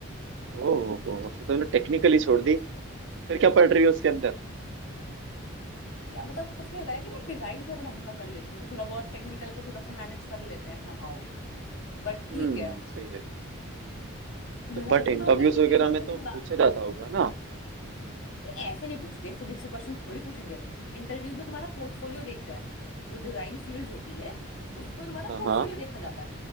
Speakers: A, on the right (about 55°); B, on the left (about 70°).
A: ओहो फिर तुमने टेक्निकली छोड़ दी फिर क्या पढ़ रही हो उसके अंदर
B: या मतलब उसमें होता है कि मैं डिजाइन थोड़ा ढंग का कर लेती हूँ तो थोड़ा बहुत टेक्निकल को थोड़ा सा मैनेज कर लेते हैं समहाउ बट
A: हम्म
B: ठीक है
A: सही है
B: मेहनत
A: तो, बट
B: लगती
A: इंटरव्यूज
B: है पर होता है कि
A: वगैरह
B: एक बार
A: में
B: तो
A: तो
B: तुम
A: पूछा
B: बना
A: जाता होगा ना
B: नहीं ऐसे नहीं पूछते फिजिक्स से क्वेश्चन थोड़ी पूछेंगे वो इंटरव्यूज में तुम्हारा पोर्टफोलियो देखते हैं वो जो डिजाइन फील्ड होती है उसमें तुम्हारा
A: हाँ
B: पोर्टफोलियो
A: हाँ
B: देखा जाता है